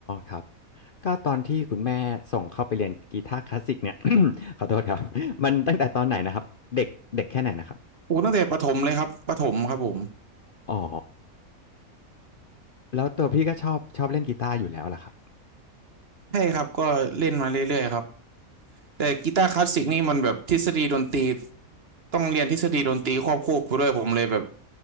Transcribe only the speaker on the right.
โอ้ตั้งแต่ประถมเลยครับประถมครับผม
ใช่ครับก็เล่นมาเรื่อยๆครับแต่กีตาร์คลาสสิกนี่มันแบบทฤษฎีดนตรี ต้องเรียนทฤษฎีดนตรีควบคู่ไปด้วยผมเลยแบบ